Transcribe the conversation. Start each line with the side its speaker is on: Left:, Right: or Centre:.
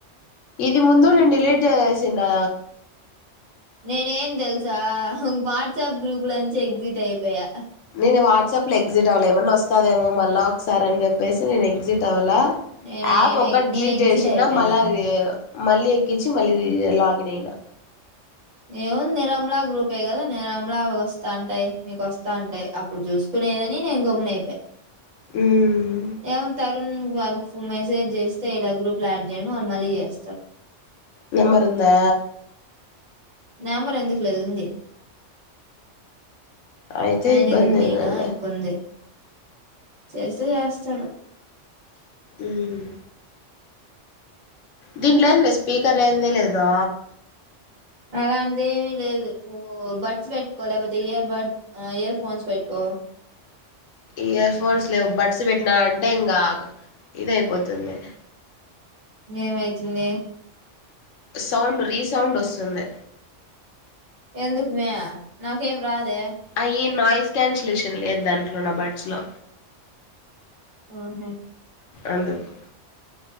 Left: ఇది ముందు నేను డిలీట్ చేసేసినా
Right: నేనే ఏం తెల్సా వాట్సాప్ గ్రూప్ లోంచి ఎగ్జిట్ ఐపోయా
Left: నేను వాట్సాప్లో ఎక్సిస్ట్ అవ్వలె ఏమన్నా ఒస్తాదేమో మళ్ళ ఒకసారి అని చెప్పేసి నేను ఎక్సిస్ట్ అవ్వలా
Right: నేనేమి
Left: యాప్ ఒక్కటి
Right: నేను
Left: డ్లీట్
Right: ఎగ్జిట్
Left: చేశిన్నా
Right: అయిపోయినా
Left: మళ్ళా దీ మళ్ళీ ఎక్కిచ్చి మళ్ళీ లాగిన్ ఐనా
Right: ఏముంది నిర్మలా గ్రూపే కదా నిర్మలా వస్తాంటాయి మీకు వస్తా అంటాయి అప్పుడు చూసుకునేదని నేను గమ్మున అయిపోయిన
Left: మ్మ్
Right: ఎవు త <unintelligible> వాళ్ళ మెసేజ్ చేస్తే ఇలా గ్రూపులు యాడ్ చేయడం వాళ్ళు మళ్ళీ చేస్తారు
Left: నెంబర్ ఉందా
Right: నెంబర్ ఎందుకు లేదు ఉంది
Left: అయితే
Right: ఆయనే
Left: ఇబ్బంది
Right: కదా మెయిను
Left: ఏం లేదులే
Right: ఇంకొంది చేస్తే చేస్తాడు
Left: మ్మ్ దీంట్లో ఏం మే స్పీకర్ ఏంది లేదు
Right: అలాంటి ఏమి లేదు బడ్స్ పెట్టుకో లేకపోతే ఇయర్ బడ్ ఇయర్ ఫోన్స్ పెట్టుకో
Left: ఇయర్ ఫోన్స్ లేవు బట్స్ పెట్టినా అంటే ఇంకా ఇది అయిపోతుంది
Right: ఏమైతుంది
Left: సౌండ్ రీసౌండ్ వస్తుంది
Right: ఎందుకుమే నాకేం రాదే
Left: అయ్య నాయిస్ క్యాన్సలేషన్ లేదు నా బడ్స్ లో
Right: ఆహా
Left: అందుకు